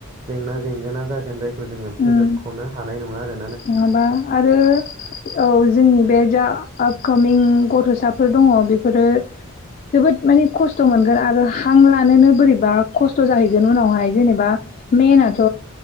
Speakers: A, on the right; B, on the left.
A: जेंना जेंगोना जागोन जायखौ जोङो
B: उम
A: फोजोबख'नो हानाय नङा आरो
B: नङाबा आरो औ जोंनि बे जा आफ कमिं गथ'साफोर दङ बेफोरो जोबोद मानिे खस्थ' मोनगोन आरो हां लानोनो बोरैबा खस्थ' जाहैगोन उनावहाय जेनेबा मेनाथ'